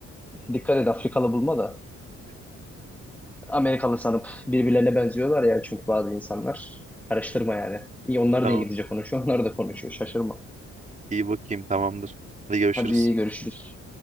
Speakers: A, in the centre; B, on the right.
A: Dikkat et Afrikalı bulma da. Amerikalı sanıp birbirlerine benziyorlar ya çünkü bazı insanlar. Karıştırma yani. İyi onlar
B: Tamam.
A: da İngilizce konuşuyor, onlar da konuşuyor. Şaşırma.
B: İyi bakayım. Tamamdır. Hadi görüşürüz.
A: Hadi görüşürüz.